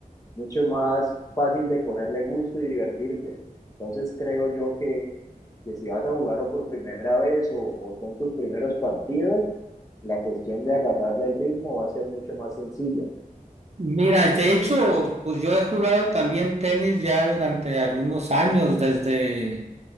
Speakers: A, on the left; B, on the right.
A: mucho más fácil de cogerle gusto y divertirte. Entonces creo yo que, que si vas a jugarlo por primera vez o, o son tus primeros partidos, la cuestión de agarrarle el ritmo va a ser mucho más sencilla.
B: Mira, de hecho, pues yo he jugado también tenis ya durante algunos años, desde